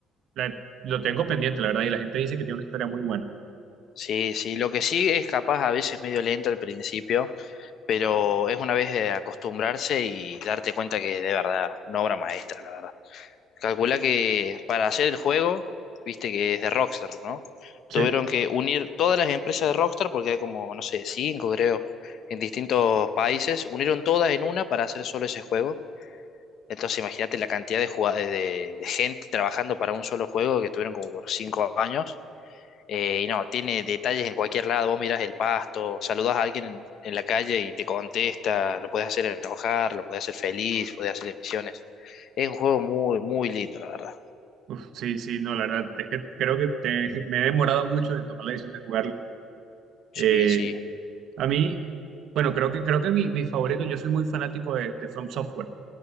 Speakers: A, on the right (about 65°); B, on the left (about 65°).
A: La- lo tengo pendiente, la verdad, y la gente dice que tiene una historia muy buena.
B: Sí, sí, lo que sí es capaz a veces medio lento al principio, pero es una vez de acostumbrarse y darte cuenta que es de verdad una obra maestra, la verdad. Calcula que para hacer el juego, viste que es de Rockstar, ¿no?
A: Sí.
B: Tuvieron que unir todas las empresas de Rockstar, porque hay como, no sé, cinco creo, en distintos países, unieron todas en una para hacer solo ese juego. Entonces imagínate la cantidad de, jugad- de de gente trabajando para un solo juego que tuvieron como por cinco años eh, y no, tiene detalles en cualquier lado. Vos mirás el pasto, saludas a alguien en, en la calle y te contesta. Lo puedes hacer enojar, lo puedes hacer feliz, puedes hacer misiones. Es un juego muy, muy lindo, la verdad.
A: Uf, sí, sí, no, la verdad, es que creo que te- <laughs> me he demorado mucho en tomar la decisión de jugarlo.
B: Sí,
A: Eh,
B: sí.
A: a mí, bueno, creo que creo que mi, mi favorito, yo soy muy fanático de, de From Software,